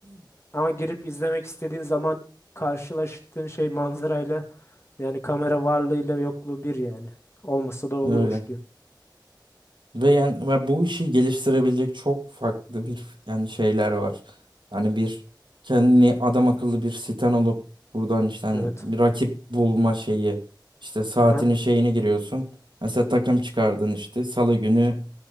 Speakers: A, on the left; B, on the right.
A: ama girip izlemek istediğin zaman karşılaştığın şey manzarayla yani kamera varlığıyla yokluğu bir yani. Olmasa da olurmuş
B: <clears throat> Öyle.
A: diyor.
B: Ve yani ve bu işi geliştirebilecek çok farklı bir yani şeyler var. Yani bir kendini adam akıllı bir siten olup buradan işte hani
A: Evet.
B: bir rakip bulma şeyi işte saatini
A: Aha.
B: şeyini giriyorsun. Mesela takım çıkardın işte salı günü